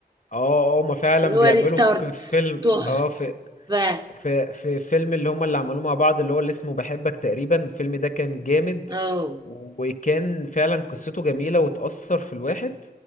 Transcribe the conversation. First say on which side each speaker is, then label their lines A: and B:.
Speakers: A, on the left; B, on the right.
A: اه اه ما فعلا
B: اللي هو
A: بيعملوا
B: ريستارت
A: في ك- فيلم
B: تحفة
A: اه في في في فيلم اللي هما اللي عملوه مع بعض اللي هو اللي اسمه بحبك تقريبا الفيلم ده كان جامد
B: اه
A: وكان فعلا قصته جميلة وتأثر في الواحد